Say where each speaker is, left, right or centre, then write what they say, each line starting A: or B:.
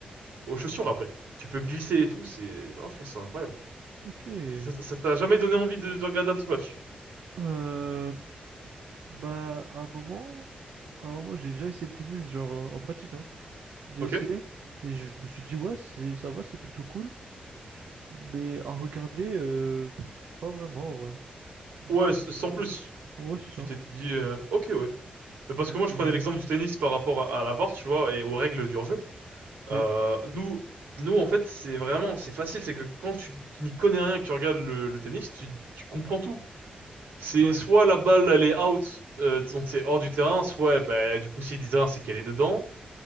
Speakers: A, on the right (about 85°); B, on the right (about 70°).
A: aux chaussures après. Tu peux glisser et tout, c'est... voilà, je pense que c'est incroyable.
B: ok.
A: Ça ça t'a jamais donné envie de, de regarder un petit match?
B: Euh, bah, à un moment, à un moment, j'ai déjà essayé le tennis, genre euh, en pratique, hein. J'ai
A: Ok?
B: essayé et je me suis dit, ouais, c'est, ça va, c'est plutôt cool. Mais à regarder, euh, pff, pas vraiment en vrai. Je me
A: Ouais,
B: suis dit,
A: s- sans
B: euh,
A: plus.
B: ouais, c'est
A: Tu
B: ça.
A: t'es dit, euh, ok, ouais. Mais Parce
B: Donc,
A: que moi, je
B: euh,
A: prenais l'exemple du tennis par rapport à, à la VAR, tu vois, et aux règles du hors-jeu.
B: oui,
A: Euh, nous, nous, en fait, c'est vraiment, c'est facile, c'est que quand tu, tu n'y connais rien et que tu regardes le, le tennis, tu, tu comprends tout. C'est
B: ouais,
A: soit la balle elle est out, euh, donc c'est hors du terrain, soit bah, du coup si du terrain c'est qu'elle est dedans.